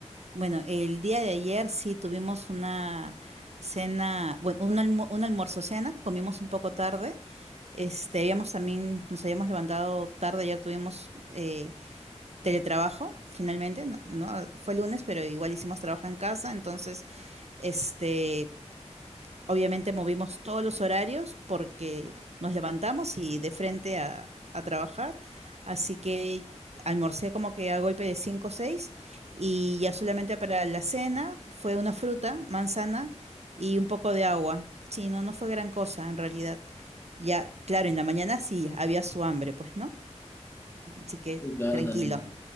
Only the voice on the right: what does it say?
Bueno, el día de ayer sí tuvimos una cena, bueno, un almu- un almuerzo cena, comimos un poco tarde, este, habíamos también, nos habíamos levantado tarde, ayer tuvimos eh, teletrabajo, finalmente, no, no, fue lunes, pero igual hicimos trabajo en casa, entonces, este, obviamente movimos todos los horarios porque nos levantamos y de frente a, a trabajar, así que almorcé como que a golpe de 5 o 6 y ya solamente para la cena fue una fruta, manzana y un poco de agua. Sí, no, no fue gran cosa en realidad. Ya, claro, en la mañana sí había su hambre, pues, ¿no? Así que
tranquilo,